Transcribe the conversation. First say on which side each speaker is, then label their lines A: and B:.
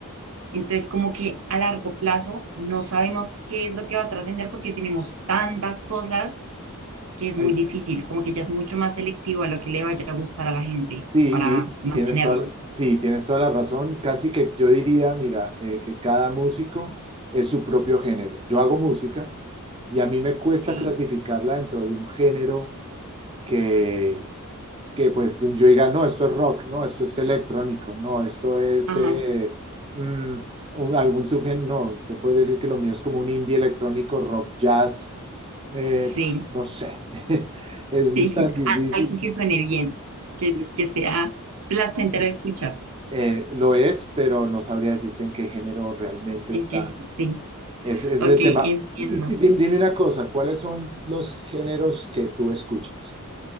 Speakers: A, on the right (about 70°); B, on the right (about 25°).
A: Entonces, como que a largo plazo no sabemos qué es lo que va a trascender porque tenemos tantas cosas que es
B: Ay,
A: muy
B: s-
A: difícil, como que ya es mucho más selectivo a lo que le vaya a gustar a la gente
B: sí,
A: para
B: y
A: mantenerlo,
B: tienes toda, la- sí, tienes toda la razón. Casi que yo diría, mira, eh, que cada músico es su propio género. Yo hago música y a mí me cuesta
A: ¿sí?
B: clasificarla dentro de un género que que pues de yo diga, no, esto es rock, no, esto es electrónico, no, esto es
A: Ajá,
B: eh, mm, un- algún subgénero, no, yo podría decir que lo mío es como un indie electrónico, rock, jazz, eh,
A: sí,
B: pf, no sé, <laughs> es
A: sí,
B: tan difícil,
A: <laughs> a- algo que suene bien, que, es-
B: Es-
A: que sea placentero escuchar.
B: eh, lo es, pero no sabría decirte en qué género realmente
A: en
B: está,
A: que sí,
B: ese ese es
A: ok,
B: el
A: entiendo.
B: tema. Y, di- di- dime una cosa, ¿cuáles son los géneros que tú escuchas?